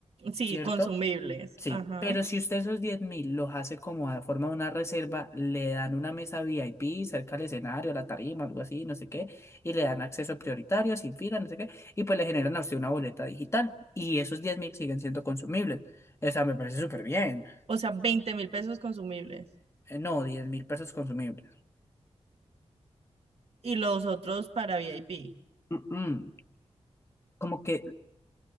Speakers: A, on the right; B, on the left.
A: sí,
B: ¿cierto?
A: consumibles.
B: Sí,
A: Ajá.
B: pero si usted esos diez mil los hace como a forma de una reserva, le dan una mesa VIP cerca al escenario, a la tarima, algo así, no sé qué, y le dan acceso prioritario, sin fila, no sé qué, y pues le generan a usted una boleta digital, y esos 10 mil siguen siendo consumibles. O sea, me parece súper bien.
A: O sea, veinte mil pesos consumibles.
B: Eh, No, diez mil pesos consumibles.
A: Y los otros para VIP.
B: Mm, mm. Como que,